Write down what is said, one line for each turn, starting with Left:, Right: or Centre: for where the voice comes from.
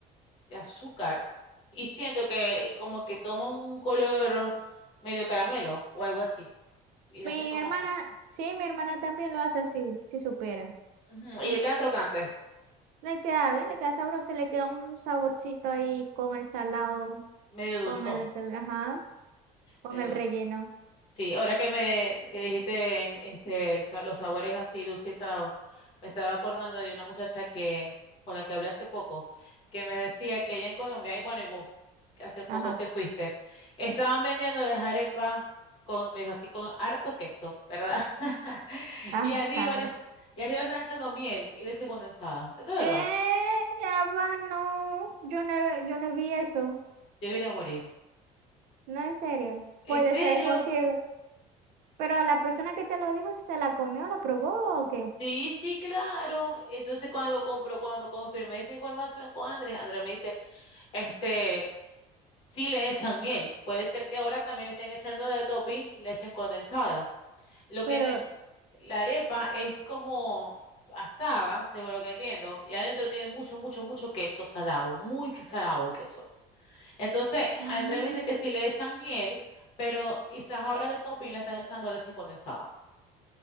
Left: de azúcar y siento que como que toma un color medio caramelo o algo así y la
Right: Mi
Left: siento más
Right: hermana,
Left: fuerte.
Right: sí, mi hermana también lo hace así, si superas.
Left: Ujú, Y
Right: Ajá.
Left: le quedan crocantes,
Right: Le queda bien, le queda sabroso, le queda un saborcito ahí con el salado
Left: medio dulzón,
Right: Con el, que- ajá, con
Left: medio
Right: el relleno.
Left: dulzón. Sí, ahora que me que dijiste este, el sa- los sabores así dulce y salado, me estaba acordando de una muchacha que con la que hablé hace poco, que me decía que allá en Colombia, y bueno, y vos, que hace poco
Right: Ajá.
Left: que fuiste, estaban vendiendo las arepas con, me dijo así, con harto queso, ¿verdad? <laughs>
Right: Ah,
Left: Y arriba
Right: sabro.
Left: les, y arriba están echando miel y leche condensada. Eso es
Right: ¿Qué?
Left: verdad.
Right: Ya va, no. Yo no, yo no vi eso.
Left: Yo quería morir.
Right: No, en serio.
Left: ¿En
Right: Puede
Left: serio?
Right: ser posible. Pero la persona que te lo dijo, si ¿se la comió, la probó o qué?
Left: Sí, sí, claro. Entonces cuando compro, cuando confirmé esa información con Andrés, Andrés me dice Este, sí le echan miel. Puede ser que ahora también le estén echando de topping leche condensada. Lo que
Right: Pero,
Left: no en- la arepa es como asada, según lo que entiendo, y adentro tiene mucho, mucho, mucho queso salado, muy que- salado el queso. Entonces,
Right: mm,
Left: Andrés me dice que sí le echan miel, pero quizás ahora de topping le están echando leche condensada.